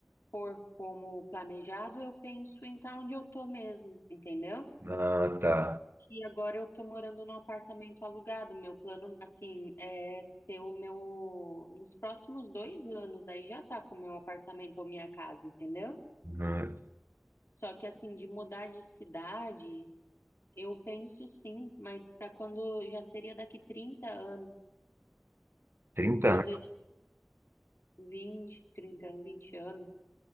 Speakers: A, on the left; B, on the right.
A: for como planejado, eu penso em estar onde eu tô mesmo, entendeu?
B: Ah, tá.
A: E agora eu tô morando num apartamento alugado. Meu plano, assim, é ter o meu. Nos próximos dois anos aí já tá com o meu apartamento ou minha casa, entendeu?
B: Ah,
A: Só que, assim, de mudar de cidade, eu penso sim, mas pra quando. Já seria daqui trinta anos.
B: 30
A: Quando
B: anos.
A: eu. vinte, trinta 30, 20 anos.